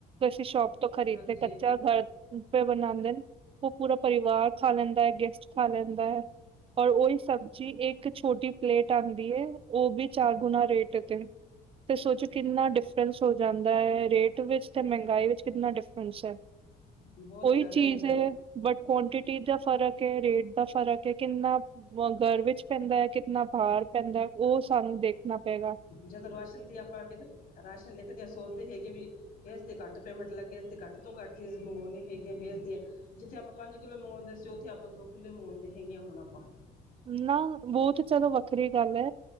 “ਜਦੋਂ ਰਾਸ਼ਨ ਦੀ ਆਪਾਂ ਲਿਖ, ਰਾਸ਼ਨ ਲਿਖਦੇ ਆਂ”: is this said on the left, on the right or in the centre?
Left